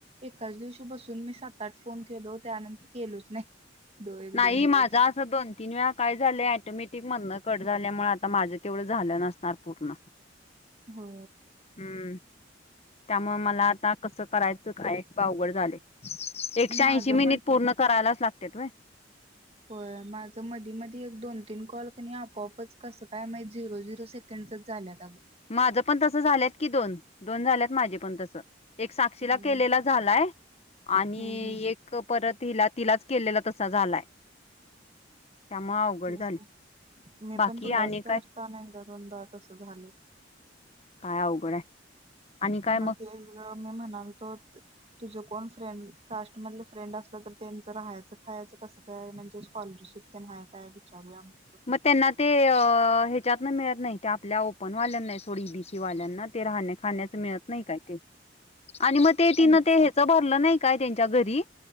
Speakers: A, on the right; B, on the left.
A: एकाच दिवशी बसून मी सात-आठ फोन केलो. त्यानंतर केलोच नाही. दो एक
B: नाही
A: दोन दिवस.
B: माझा असं दोन तीन वेळा काय झालं ऍटोमॅटिक मदणं कट झाल्यामुळे आ आता माझं तेवढं झालं नसणार पूर्ण.
A: हो
B: हम्म त्यामुळ मला आता कसं करायचं काय आवघड झाले एकशे
A: माझं
B: ऐंशी मिनिट पूर्ण करायलाच लाग त्यत व्हय.
A: हो माझ मधी -मधी एक दोन तीन कॉल क नाय आपोआपच कसं काय माहित झिरो- झिरो सेकंड झाल्यात अगं.
B: माझं पण तसं झाल्यात की दोन -दोन झाल्यात माझे पण तसं. एक साक्षीला
A: हम्म
B: केलेला झालाय आणि
A: हम्म हम्म
B: एक परत तिला -तिलाच केलेला तसा झालाय. त्यामुळे अवघड
A: तेच
B: झालय
A: की मी
B: बाकी
A: पण तुलाच
B: आणि
A: करताना
B: काय
A: एकदा- दोनदा तस झालय.
B: काय अवघड आहे. आणि काय
A: मग तेच मी म्हणालतो तुझं कोण फ्रेंड कास्टमधलं फ्रेंड असलं तर त्यांचं राहायचं खायचं कसं काय म्हणजे स्कॉलरशिप त्यांन हाय काय विचारूया. म्हणून.
B: मग त्यांना ते त्यातन मिळत नाही त्या आपल्या ओपनवाल्यांना हाय सोड बीसी वाल्यांना ते राहण्या खाण्याच मिळत नाही काय ते आणि मग ते तिनं
A: पण
B: ते ह्याच भरलं नाही काय त्यांच्या घरी